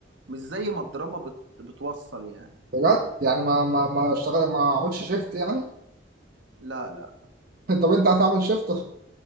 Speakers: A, on the right (about 70°); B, on the right (about 50°).
A: مش زي ما الدراما بت بتوصل يعني
B: بجد يعني ما ما ما اشتغل ما عملش شيفت يعني
A: لا لا
B: <laughs> طب انت هتعمل شيفت <laughs>